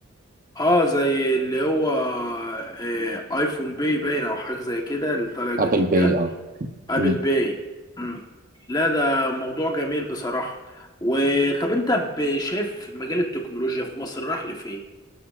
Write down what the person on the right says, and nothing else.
ابل
باي اه
امم